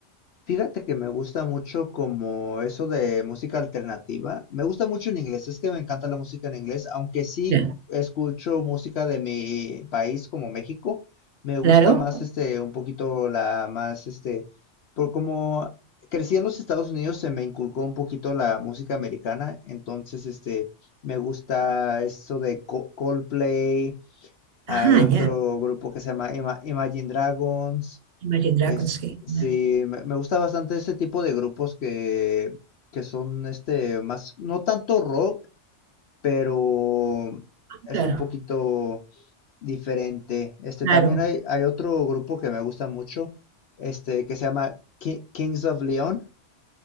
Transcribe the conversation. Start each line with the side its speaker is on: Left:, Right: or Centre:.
Left: Fíjate que me gusta mucho como eso de música alternativa. Me gusta mucho en inglés, es que me encanta la música en inglés, aunque sí
Right: Ya,
Left: escucho música de mi país como México. Me gusta
Right: claro.
Left: más este un poquito la más este por como crecí en los Estados Unidos se me inculcó un poquito la música americana, entonces este me gusta eso de Co- Coldplay, hay
Right: Ajá,
Left: otro
Right: ya.
Left: grupo que se llama Ima- Imagine Dragons.
Right: Imagine Dragons,
Left: Es,
Right: sí.
Left: sí,
Right: ya.
Left: me, me gusta bastante ese tipo de grupos que, que son este más, no tanto rock, pero es
Right: Claro,
Left: un poquito diferente. Este
Right: claro.
Left: también hay, hay otro grupo que me gusta mucho, este, que se llama Ki- Kings of Leon,